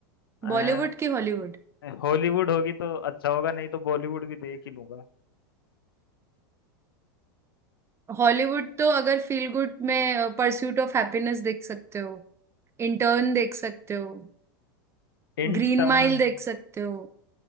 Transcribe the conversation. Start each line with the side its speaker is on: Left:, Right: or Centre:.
Left: अ,
Right: बॉलीवुड की हॉलीवुड
Left: हॉलीवुड होगी तो अच्छा होगा नहीं तो बॉलीवुड भी देख ही लूंगा
Right: हॉलीवुड तो अगर फील गुड में परस्यूट ऑफ हैप्पीनेस देख सकते हो इंटर्न देख सकते हो
Left: इंटर्न
Right: ग्रीन माइल देख सकते हो